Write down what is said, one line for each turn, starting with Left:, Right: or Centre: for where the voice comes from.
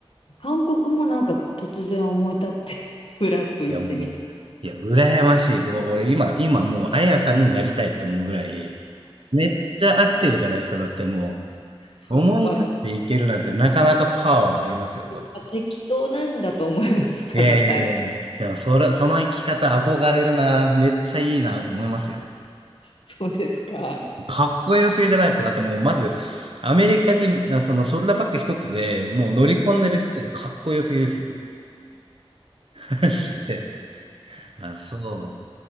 Left: 韓国もなんか突然思い立って <laughs> ふらっと行ってみた。
Right: いや、もう、いや、羨ましい。もう俺今、今もう、あやさんになりたいって思うぐらい、めっちゃアクティブじゃないですか。だっても
Left: <laughs>
Right: う、思い立っていけるなんてなかなかパワーありますよ、
Left: まあ、ま
Right: それ。
Left: あ適当なんだと思います。<laughs> ただ単に。
Right: いやいやいや、でもそれ、その生き方憧れるな。めっちゃいいなと思いますよ。
Left: そうですか。あ
Right: かっこよすぎじゃないですか。だってもう、まず、アメリカに、あそのショルダーバッグ一つでもう乗り込んでる時点でかっこよすぎですよ。<laughs> マジで。あ、そう。